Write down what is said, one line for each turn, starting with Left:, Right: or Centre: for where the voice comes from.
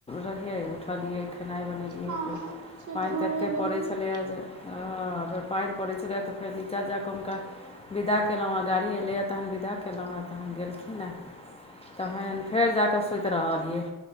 Left: रहियै उठलियै खेनाइ बनेलियै
Right: हँ से
Left: पानि
Right: भए
Left: तऽ एतेक
Right: गेल
Left: पड़ै
Right: हैत
Left: छलैए जे हँ फेर पानि पड़ैत छल रहै तऽ फेर नीचाँ जााकऽ हुनका विदा कयलहुँ हेँ गाड़ी अयलैए तखन विदा कयलहुँ हेँ तऽन हम गेलखिन हेँ तखन फेर जा कऽ सुति रहलियै